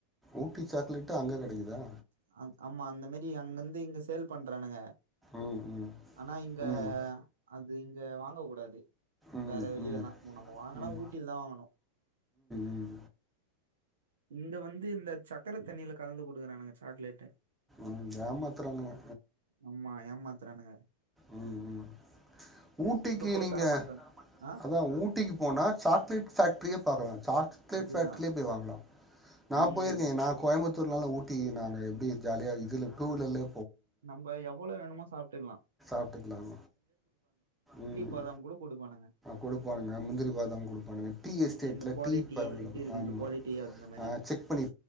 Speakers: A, in the centre; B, on the right (about 65°).
A: ஊட்டி சாக்லேட்டு அங்க கெடைக்குதா
B: அஹ் ஆமா அந்த மாரி அங்கிருந்து இங்க சேல் பண்றானுங்க
A: ம் ம்
B: ஆனா இங்க
A: ம்
B: அது இத வாங்க கூடாது
A: ம் ம்
B: வேற வெளிய எல்லாம் நம்ம வாங்கனா
A: ம் ம்
B: ஊட்டில தான் வாங்கணும்
A: ம்
B: இங்க வந்து இந்த சக்கர தண்ணில கலந்து குடுக்கறானுங்க சாக்லேட்ட
A: ம் ஏமாத்துறானுங்க
B: ஆமா ஏமாத்துரானுங்க
A: உம் உம் ஊட்டிக்கு
B: கூட
A: நீங்க
B: தர மாட்றாங்க ஆ
A: அதான் ஊட்டிக்கு போனா சாக்லேட் பேக்ட்ரியே பாக்கலாம் சாக்லேட்
B: அதுதா
A: பேக்ட்ரிலே போய் வாங்கலாம் நான்
B: ம்
A: போயிருக்கேன் நான் கோய் த்தூ ஊட்டி நாங்க ஜாலியா இதுல டூவீலர்ல
B: நம்ம எவ்ளோ வேணுமோ சாப்ட்டுக்கலாம்
A: சாப்டுகலாம் உம்
B: பாதாம் கூட குடுப்பானுங்க
A: கொடுப்பானுங்க முந்திரி பாதம் கொடுப்பானுங்க டீ எஸ்டேட்ல
B: எப்டி இந்த குவாலிட்டி
A: டீ
B: எப்டி இருக்கு
A: ஆமா
B: இந்த குவாலிட்டி அந்த மாரி
A: செக் பண்ணி